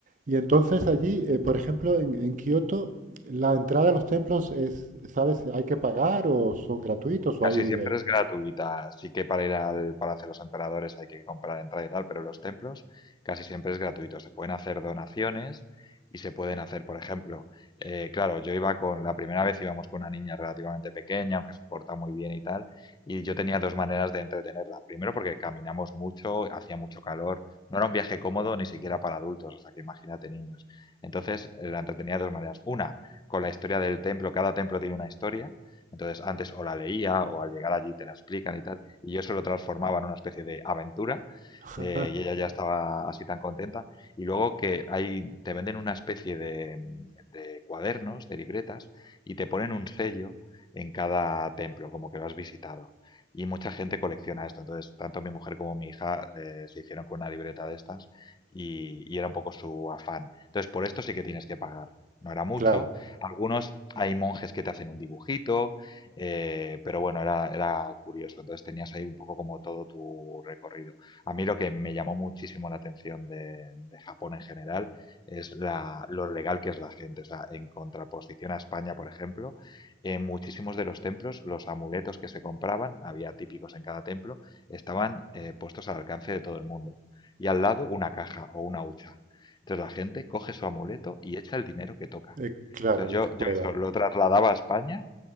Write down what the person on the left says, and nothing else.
Casi
siempre
es gratuita, sí que para ir al Palacio de los Emperadores hay que comprar entrada y tal, pero los templos casi siempre es gratuito. Se pueden hacer donaciones y se pueden hacer, por ejemplo, eh, claro, yo iba con, la primera vez íbamos con una niña relativamente pequeña, aunque se porta muy bien y tal, y yo tenía dos maneras de entretenerla. Primero porque caminamos mucho, hacía mucho calor, no era un viaje cómodo ni siquiera para adultos, o sea que imagínate niños. Entonces eh, la entretenía de dos maneras. Una, con la historia del templo, cada templo tiene una historia, entonces, antes o la leía o al llegar allí te la explican y tal, y yo eso lo transformaba en una especie de aventura
eh, y ella ya estaba así tan contenta. Y luego que ahí te venden una especie de, de cuadernos, de libretas, y te ponen un sello en cada templo, como que lo has visitado. Y mucha gente colecciona esto. Entonces, tanto mi mujer como mi hija eh, se hicieron con una libreta de estas y, y era un poco su afán. Entonces, por esto sí que tienes que pagar. No era mucho.
Algunos hay monjes que te hacen un dibujito, eh, pero bueno, era, era curioso. Entonces tenías ahí un poco como todo tu recorrido. A mí lo que me llamó muchísimo la atención de, de Japón en general es la, lo legal que es la gente. O sea, en contraposición a España, por ejemplo, en muchísimos de los templos, los amuletos que se compraban, había típicos en cada templo, estaban eh, puestos al alcance de todo el mundo. Y al lado una caja o una hucha. Entonces la gente coge su amuleto y echa el dinero que toca.
Entonces
yo,
yo eso lo trasladaba a España